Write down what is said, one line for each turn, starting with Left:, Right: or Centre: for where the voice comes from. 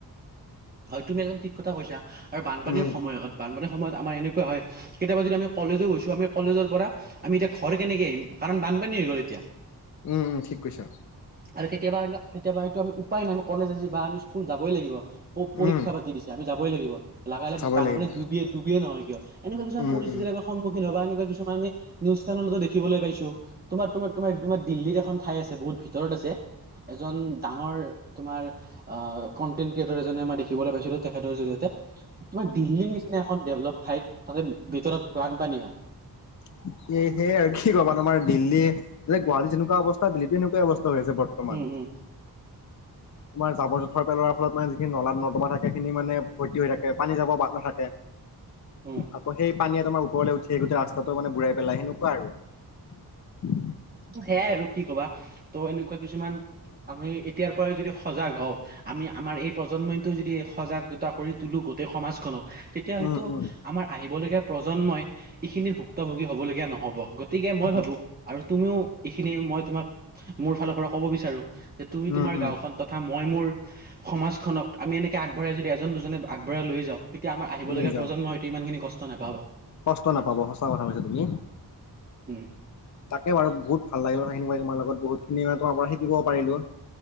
Right: হয় তুমি একদম ঠিক কথা কৈছা। আৰু বানপানীৰ
Left: উম,
Right: সময়ত বানপানীৰ। সময়ত আমাৰ এনেকুৱা হয়, কেতিয়াবা যদি আমি কলেজো গৈছোঁ আমি কলেজৰ পৰা আমি এতিয়া ঘৰ কেনেকে আহিম কাৰণ। <unintelligible> বানপানী হৈ গ'ল এতিয়া।
Left: উম উম ঠিক কৈছা।
Right: আৰু কেতিয়াবা কেতিয়াবা এইটো আমি উপায় নাই কলেজ আজি বা আমি স্কুল যাবই লাগিব। পৰীক্ষা
Left: উম,
Right: পাতি দিছে আমি যাবই লাগিব, লাগিলে
Left: চাবই
Right: বানপানী
Left: লাগিব।
Right: ডুবিয়ে ডুবিয়ে নহয় কিয় এনেকুৱা কিছুমান
Left: উম,
Right: পৰিস্থিতি।
Left: উম,
Right: <unintelligible> সন্মুখিত কাৰণে। কিছুমান আমি নিউজ চেনেলতে দেখিবলৈ পাইছোঁ। তোমাৰ তোমাৰ তোমাৰ তোমাৰ‌ দিল্লীত এখন ঠাই আছে বহুত ভিতৰত। <unintelligible> ভিতৰত আছে এজন ডাঙৰ তোমাৰ আহ কন্টেন্ট ক্ৰিয়েটৰ এজনে আম দেখিবলৈ পাইছিলো তেখেতৰ জৰিয়তে তোমাৰ দিল্লীৰ নিচিনা এখন ডেভেলপ ঠাইত তাতে ভিতৰত বানপানী হয়
Left: স সে আৰু কি ক'বা তুমাৰ দিল্লী গুৱাহাটীত যেনেকুৱা অৱস্থা দিল্লীটো এনেকুৱা অৱস্থা। <unintelligible> হৈছে বৰ্তমান
Right: উম উম
Left: তোমাৰ জাবৰ, জোথৰ পেলোৱাৰ ফলত মানে যিখিনি নলাত নৰ্দমা থাকে খিনি মানে ভৰ্তি হৈ থাকে পানী জাবৰ বাট নাথাকে
Right: উম
Left: আকৌ সেই <unintelligible> পানীয়ে তোমাৰ ওপৰলৈ উঠি আহি গোটতে ৰাস্তাটো মানে বুঢ়াই পেলাই সেনেকুৱা আৰু
Right: টো সেয়াই আৰু কি কবা ত' এনেকুৱা কিছুমান আমি এতিয়াৰ পৰাই যদি সজাগ হওঁ <unintelligible> আমি আমাৰ এই প্ৰজন্মইটো যদি সজাগতা কৰি তলো গোটেই সমাজখনক তেতিয়া হয়তো
Left: উম, উম,
Right: আমাৰ আহিবলগীয়া প্ৰজন্মই এইখিনিৰ ভুক্তভোগী হব লগীয়া নহব। গতিকে মই ভাবো
Left: উম,
Right: আৰু তুমিও এইখিনি মই তোমাক মোৰ ফালৰ পৰা কব বিচাৰো যে তুমি
Left: উম,
Right: তোমাৰ
Left: উম,
Right: গাঁওখন তথা মই মোৰ সমাজখনক আমি এনেকে আগবঢ়াই যদি এজন দুজনে। আগবঢ়াই লৈ যাওঁ তেতিয়া আমাৰ আহিবলগীয়া
Left: লৈ যাওঁ
Right: প্ৰজন্মই হয়তো ইমানখিনি কষ্ট নাপাব।
Left: কষ্ট নাপাব সঁচা কথা কৈছা তুমি।
Right: উম
Left: তাকে বাৰু বহুত ভাল লাগিল ত সেইখিনি তোমাৰ লগত বহুত খিনি ম তোমাৰ পৰা শিকিব পাৰিলো।